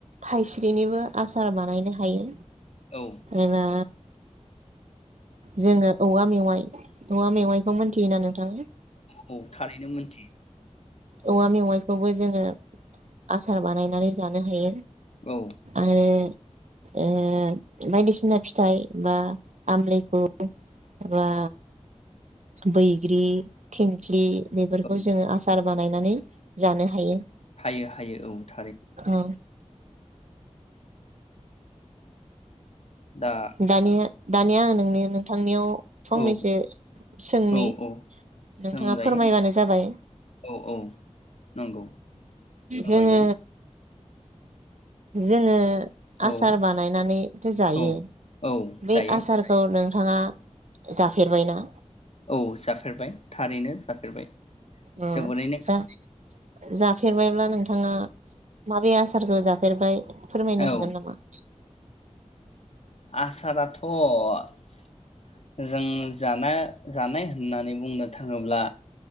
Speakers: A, on the right; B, on the left.
A: थाइस्रिनिबो आसार बानायनो हायो।
B: औ
A: एबा जोङो औवा मेवाइ औवा मेवाइखौ मोनथियोना नोंथाङा?
B: औ थारैनो मोनथियो
A: औवा मेवाइखौबो जोङो आसार बानायनानै जानो हायो।
B: औ
A: आरो ओ बायदिसिना फिथाइ बा आमलायखौ, रा बैग्रि, थिंख्लि
B: औ
A: बेफोरखौ
B: औ
A: जोङो आसार, बानायनानै जानो हायो।
B: हायो हायो औ थारै,
A: औ
B: दा
A: दानिया दानिया आं नोंनि नोंथांनियाव, फंनैसो
B: औ
A: सोंनि
B: औ औ सोंजायो
A: नोंथाङा फोरमायबानो जाबाय
B: औ औ नंगौ फोरमायगोन
A: जोङो जोङो आसार
B: औ
A: बानायनानैथो जायो
B: औ औ
A: बे
B: जायो
A: आसारखौ नों, नोंथाङा जाफेरबायना?
B: औ जाफेरबाय थारैनो जाफेरबाय
A: ओ
B: जोबोरैनो
A: जा जाफेरबायब्ला नोंथाङा माबे आसारखौ जाफेरबाय, फोरमायनो
B: गोथाव
A: हागोन नामा?
B: आसारा थ' जों जाना जानाय होननानै बुंनो थाङोब्ला